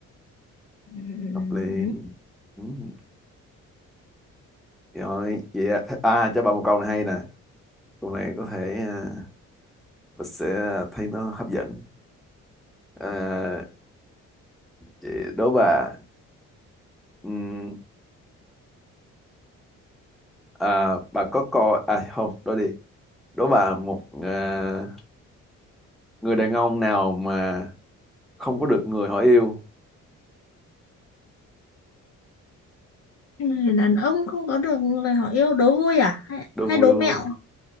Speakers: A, on the left; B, in the centre.
A: Ừ,
B: hợp lý Ừm, rồi vậy ạ. à cho bà một câu này hay nè câu này có thể à, và sẽ thấy nó hấp dẫn à, chị đố bà ừm, à, bà có coi à không Đố đi đố bà một à, người đàn ông nào mà không có được người họ yêu
A: người đàn ông không có được người họ yêu đố vui à hay,
B: đố
A: hay
B: vui
A: đố
B: đố
A: mẹo
B: vui